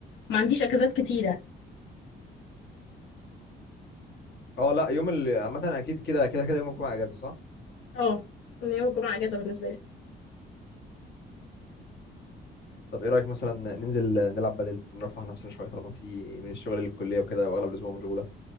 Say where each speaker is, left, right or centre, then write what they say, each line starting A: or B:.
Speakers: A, on the left; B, on the left.
A: ما عنديش اجازات كتيره
B: اه لا يوم ال... عامه اكيد كده كده كده يوم الجمعه اجازه صح
A: اه يعني يوم الجمعه اجازه بالنسبه لي
B: طب ايه رايك مثلا ننزل نلعب بدل نرفه عن نفسنا شويه طالما انت من الشغل للكليه وكده واغلب الاسبوع مشغوله